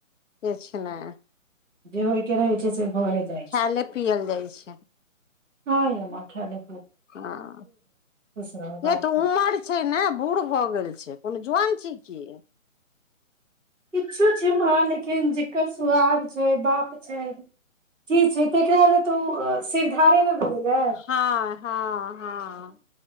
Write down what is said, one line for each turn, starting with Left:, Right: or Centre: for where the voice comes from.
Left: किछ नै
Centre: जे होइके रहै छैय से भए जाइ छै
Left: खायले पियल जाइ छैय
Centre: हँ य माँ खैले
Left: हँ
Centre: रहू बात
Left: से तऽ उमर
Centre: कर
Left: छैय ने बूढ़ भऽ गेल छैय। कोनो जुआन छैय की
Centre: किछु छैय माँ ले कर सुहाग छैय बाप छैय की छैय तेकरा ले त ओ सिरधारे ने भेलै
Left: हँ हँ हँ